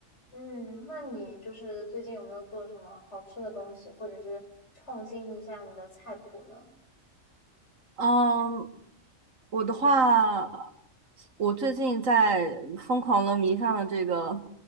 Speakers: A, on the left (about 60°); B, on the right (about 85°).
A: 嗯，那你就是最近有没有做什么好吃的东西，或者是创新一下你的菜谱呢？
B: 嗯，我的话，我最近在疯狂的迷上了这个